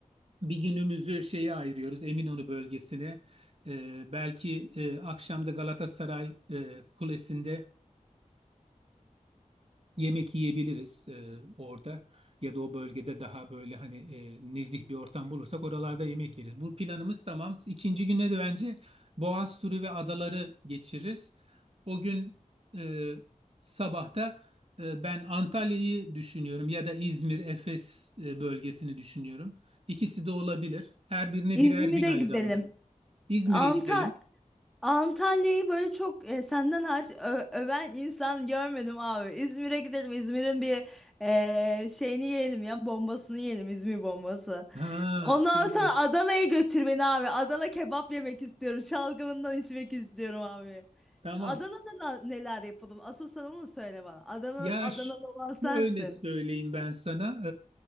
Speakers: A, on the right; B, in the centre.
A: Bir günümüzü şeye ayırıyoruz, Eminönü bölgesine. Ee, belki e, akşam da Galatasaray e, Kulesi'nde yemek yiyebiliriz e, orada ya da o bölgede daha böyle hani e, nezih bir ortam bulursak oralarda yemek yeriz. Bu planımız tamam. İkinci güne de bence Boğaz turu ve adaları geçiririz. O gün e, sabahta ben Antalya'yı düşünüyorum ya da İzmir, Efes e, bölgesini düşünüyorum. İkisi de olabilir. Her birine
B: İzmir'e
A: birer gün ayıralım.
B: gidelim.
A: İzmir'e
B: Anta
A: gidelim.
B: Antalya'yı böyle çok e, senden hariç ö- öven insan görmedim abi. İzmir'e gidelim. İzmir'in bir e, şeyini yiyelim ya bombasını yiyelim İzmir bombası.
A: Ha,
B: Ondan
A: tamam.
B: sonra Adana'ya götür beni abi. Adana kebap yemek istiyorum. Şalgamından içmek istiyorum abi.
A: Tamam.
B: Adana'da na- neler yapalım? Asıl sen onu söyle bana. Adana,
A: Ya
B: Adanalı
A: ş-
B: olan sensin.
A: şöyle söyleyeyim ben sana.